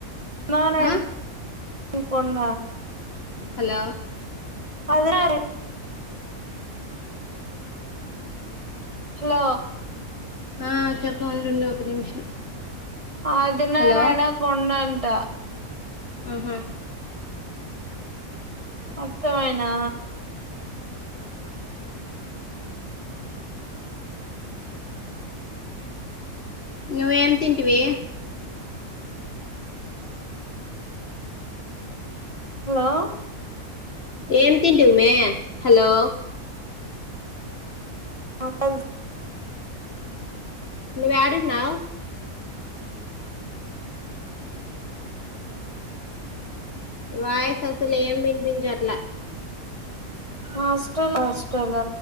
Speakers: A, on the right; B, on the left.
A: నానా
B: ఆ
A: ఇకొండ
B: హలో
A: పదిర హలో
B: ఆ చెప్పు ఉండుండు ఒక నిమిషం
A: అదినారాయణ
B: హలో
A: కొండంటా
B: అహా
A: అత్తవైనా
B: నువ్ ఏం తింటివి
A: హలో
B: ఏం తింటూమే హలో
A: అక
B: నువ్ యడన్నావ్ వాయస్ అసలు ఏం వినిపించట్లా
A: హస్టల్ హాస్టల్